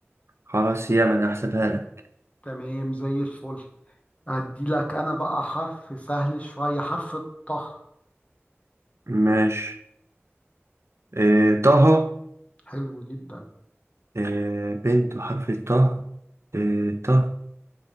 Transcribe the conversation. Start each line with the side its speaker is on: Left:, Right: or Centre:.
Right: خلاص ياما انا هحسبها لك
Left: تمام زي الفل ادي لك انا بقى حرف سهل شوية حرف الطه
Right: ماشي إيه طه
Left: حلو جدا
Right: إيه بنت بحرف الطه إيه طه